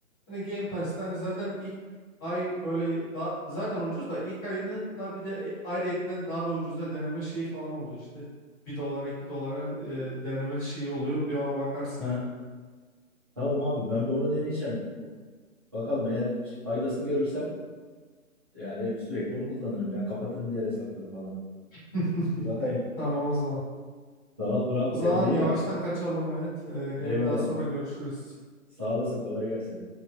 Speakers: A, on the left (about 15°); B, on the right (about 15°).
A: Hani Game Pass'te hani zaten ilk ay böyle da, zaten ucuz da ilk ayını da bir de e- ayrıyetten daha da ucuza deneme şeyi falan oluyor işte. bir dolara 2 dolara e, deneme şeyi oluyor. Bir ona bakarsın.
B: ha, tamam abi ben bir onu deneyeceğim. Bakalım eğer faydasını görürsem yani sürekli onu kullanırım ya. Kapatırım diğer hesapları falan.
A: <laughs>
B: Bir bakayım.
A: Tamam o zaman.
B: Tamamdır abi
A: O zaman
B: kendine iyi
A: yavaştan
B: bak.
A: kaçalım evet. E, gene
B: Eyvallah.
A: daha sonra görüşürüz.
B: Sağ olasın kolay gelsin.